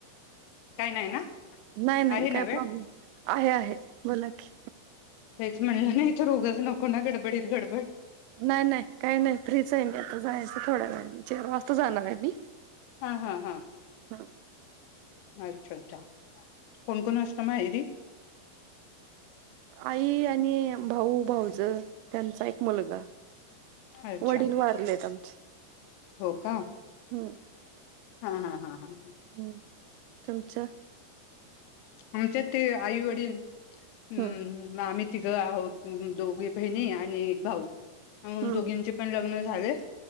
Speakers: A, on the left (about 90°); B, on the right (about 90°).
A: काय नाही ना?
B: नाही, नाही
A: आहे नव्हे
B: काय प्रॉब्लेम आहे, आहे बोला की
A: त्येच म्हणलं नाही तर रोगच नको ना गडबडीत गडबड
B: नाय नाय काय नाही फ्रीच आहे मी, आता जायचं थोड्या वेळाणे, चार वाजता जाणार आहे मी.
A: हा, हा, हा
B: हां
A: अच्छा, अच्छा कोण -कोण असता माहेरी?
B: आई आणि भाऊ भाऊज त्यांचा एक मुलगा
A: अच्छा
B: वडील वारलेत आमचे
A: हो का
B: हम्
A: हा, हा, हा, हा, ह
B: हम तुमचं?
A: आमच्यात ते आई वडील म्म
B: हम्म
A: आम्ही तिघं आहोत. दोघी बहिणी आणि एक भाऊ, आम्ही
B: हम्म
A: दोघींचे पण लग्न झालयं